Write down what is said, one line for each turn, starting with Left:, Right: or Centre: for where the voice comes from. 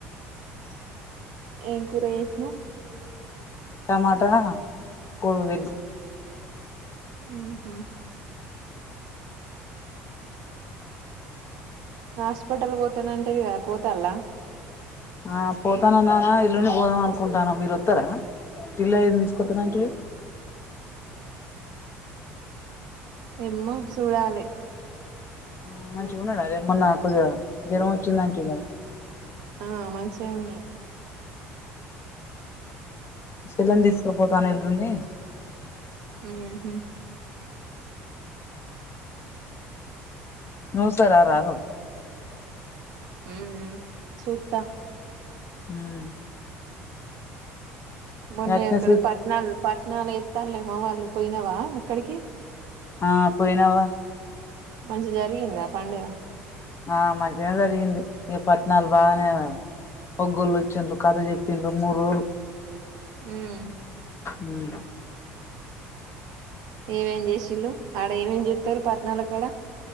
Right: ఏం కూర చేశినావ్
Left: టమాట కోలు వెజ్జి
Right: హు హుమ్ హాస్పిటల్ పోతాన అంటది కదా పోతాలా
Left: ఆ పోతానన్నానా ఎల్లుండి పోదామనుకుంటన మీరు వస్తరా పిల్లల్ని తీసుకొత్త అంటివి
Right: ఎమో సూడాలి
Left: ఆ మంచిగా ఉండడా అదే మొన్నా కొదిగా జ్వరం వచ్చిందంటివి కదా
Right: ఆ మంచిగే ఉన్నాడు
Left: సెల్లెను తీసుకపోతన్న ఎల్లుండి
Right: హుమ్ హు
Left: నువ్ ఒకసారి రారదు
Right: హు హు సూత్త
Left: హుమ్
Right: మొన్నయి
Left: అట్నే
Right: అక్కడ
Left: సూ
Right: పట్నాలు పట్ నాలా ఎత్తలేేమో వాళ్ళు పోయినావా అక్కడికి
Left: ఆ పోయినావా
Right: మంచి జరిగిందా పండుగ
Left: ఆ మంచిగానే జరిగింది ఇక పట్టణాలు బాగానే ఒగ్గొళ్ళు వచ్చిండ్రు కథ చెప్పిండ్రు మూడు రోజులు
Right: ఉమ్
Left: మ్మ్
Right: ఏమేం చేసిళ్ళు ఆడ ఏమేం చెప్తారు పట్టణాల కాడ